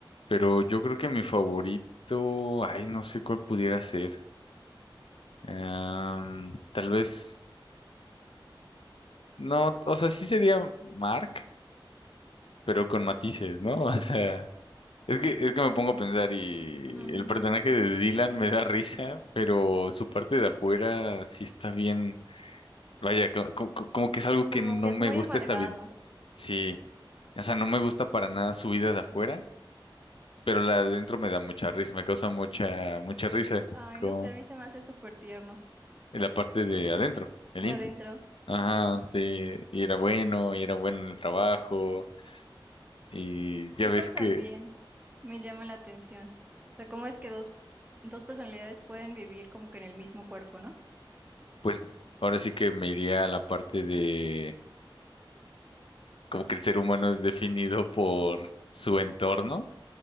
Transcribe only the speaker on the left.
pero yo creo que mi favorito, ay, no sé cuál pudiera ser. Am, tal vez. No, o sea, sí sería Mark, pero con matices, ¿no? <laughs> O sea, es que, es que me pongo a pensar y
el personaje de Dylan me da risa, pero su parte de afuera sí está bien. Vaya, co- co- co- como, que es algo que
no
me
gusta
esta vida. Sí, o sea, no me gusta para nada su vida de afuera, pero la de adentro me da mucha risa, me causa mucha, mucha risa
como
en la parte de adentro, el
íntimo.
Ajá,
sí, y era bueno, y era bueno en el trabajo. Y ya
ves
que
Pues ahora sí que me iría a la parte de como que el ser humano es definido por su entorno.